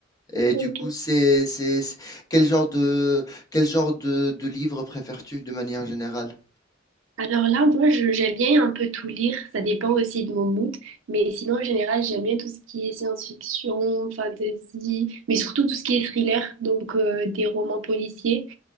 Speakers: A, on the left; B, on the right.
A: Et
B: Ok.
A: du coup, c'est, c'est, c'est- quel genre de, quel genre de, de livre préfères-tu de manière générale?
B: Alors là, moi, je- j'aime bien un peu tout lire, ça dépend aussi de mon mood, mais sinon, en général, j'aime bien tout ce qui est science-fiction, fantasy, mais surtout tout ce qui est thriller, donc euh, des romans policiers.